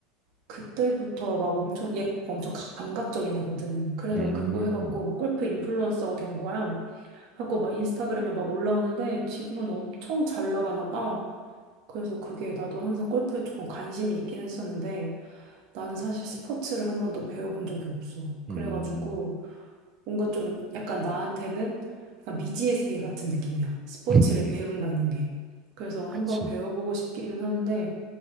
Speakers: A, on the right; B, on the right.
A: 그때부터 막 엄청, 얘가 엄청 감각적인 애거든. 그래서
B: 음,
A: 그거 해갖고 막 골프 인플루언서가 된 거야. 하고 막 인스타그램에 막 올라오는데 지금은 엄청 잘 나가나 봐. 그래서 그게 나도 항상 골프에 조금 관심이 있긴 했었는데 나는 사실 스포츠를 한 번도 배워본 적이 없어. 그래가지고
B: 음,
A: 뭔가 좀 약간 나한테는 약간 미지의 세계 같은 느낌이야. 스포츠를
B: <laughs>
A: 배운다는 게. 그래서 한
B: 그치.
A: 번 배워보고 싶기는 한데